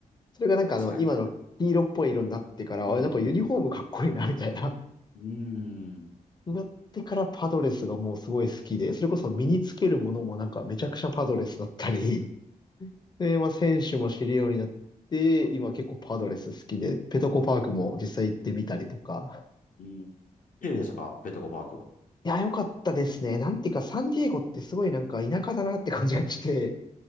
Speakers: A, on the left; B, on the left.
A: それがなんかあの今の黄色っぽい色になってから、
B: 近い。うん、
A: あれなんかユニフォームかっこいいなみたいな。
B: うん、
A: <laughs>
B: うん。うーん。
A: になってからパドレスがもうすごい好きで、それこそ身につけるものもなんかめちゃくちゃパドレスだったり、で、まあ選手も知るようになって、今結構パドレス好きで、ペトコパークも実際行ってみたりとか。
B: うん。綺麗でしたかベトコパークは。
A: いや、良かったですね。なんていうか、サンディエゴってすごいなんか田舎だなって感じがして、